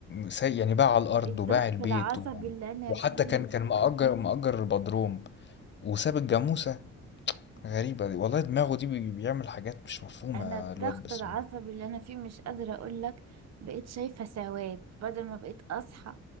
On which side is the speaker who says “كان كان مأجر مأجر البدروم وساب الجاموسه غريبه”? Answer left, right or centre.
Left